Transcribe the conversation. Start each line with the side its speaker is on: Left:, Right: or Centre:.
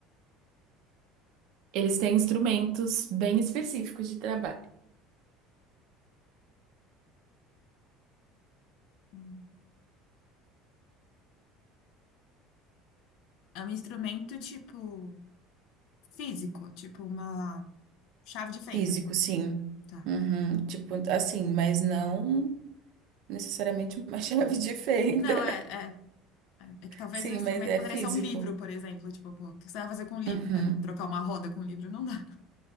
Right: Eles têm instrumentos bem específicos de trabalho.
Left: Hum. É um instrumento tipo físico, tipo uma chave de fenda.
Right: Físico, sim.
Left: Tá.
Right: Uhum. Tipo, assim, mas não necessariamente uma <laughs> chave de fenda.
Left: Não, é, é, é é que talvez
Right: Sim,
Left: o instrumento
Right: mas é
Left: poderia
Right: físico.
Left: ser um livro, por exemplo. Tipo, pô, o que você vai fazer com um livro?
Right: Uhum.
Left: Vai trocar uma roda com um livro? Não dá.